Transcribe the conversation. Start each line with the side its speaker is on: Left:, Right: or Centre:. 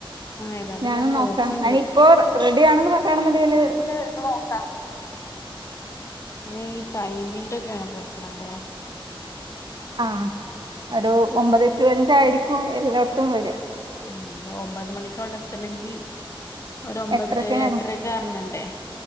Left: ആഹ് ഏതായാലും
Right: ഞാനും
Left: ഞാൻ നോക്ക്ണ്ട്
Right: നോക്കാം. അയിനിപ്പോ റെഡിയാണെന്ന് പറയണൊണ്ടെങ്കില്.
Left: മെക്ക് നോക്കാം. ന്നെ ഈ ടൈമിന്റെക്കെയാണ് പ്രശ്നല്ലേ?
Right: ആഹ് ഒരു ഒമ്പതേ ടു അഞ്ച് ആയിരിക്കും എല്ലായിടത്തും വര്ക.
Left: ഉം അപ്പൊ ഒമ്പത് മണിക്ക് അവെടെ എത്തണമെങ്കി ഒര് ഒമ്പത്
Right: എട്ടരക്കങ്ങാണ്
Left: എട്ടരക്കെ ഇറങ്ങണ്ടേ?